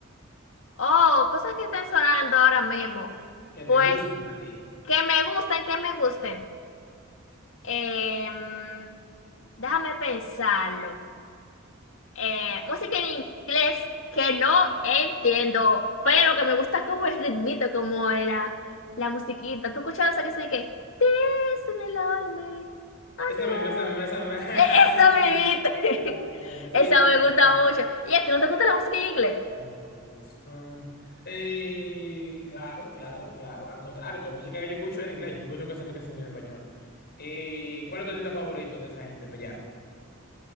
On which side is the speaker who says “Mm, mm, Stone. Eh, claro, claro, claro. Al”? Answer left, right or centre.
Left